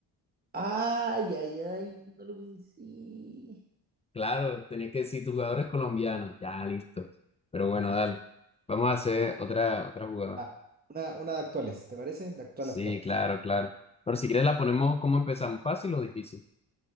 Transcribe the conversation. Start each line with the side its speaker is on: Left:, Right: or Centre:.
Right: Ay, ay, ay, no lo vencí.
Left: Claro, tenías que decir, tu jugador es colombiano. Ya, listo. Pero bueno, dale. Vamos a hacer otra, otra jugada.
Right: Ah, una, una de actuales, ¿te parece? De actual,
Left: Sí,
Right: actual.
Left: claro, claro. Pero si quieres la ponemos, ¿cómo empezamos? ¿Fácil o difícil?